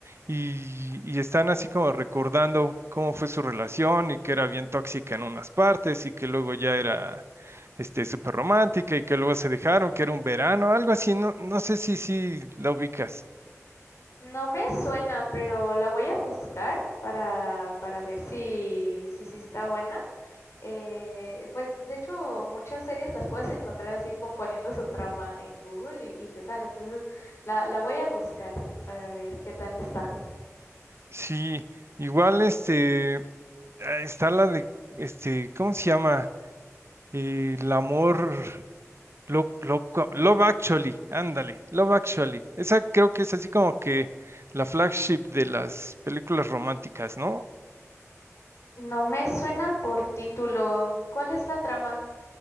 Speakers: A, on the right; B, on the left.
A: y, y están así como recordando cómo fue su relación y que era bien tóxica en unas partes y que luego ya era este, súper romántica y que luego se dejaron, que era un verano, algo así, no, no sé si, si la ubicas.
B: No me suena, pero la voy a buscar para, para ver si, si, si está buena. Eh, pues de hecho muchas series las puedes encontrar así como poniendo su trama en Google y, y te sale. Entonces la, la voy a buscar para ver qué tal está.
A: Sí, igual este, ah, está la de, este, ¿cómo se llama? Eh, el amor. Lo, lo- Love Actually, ándale, Love Actually. Esa creo que es así como que la flagship de las películas románticas, ¿no?
B: No me suena por título. ¿Cuál es la trama?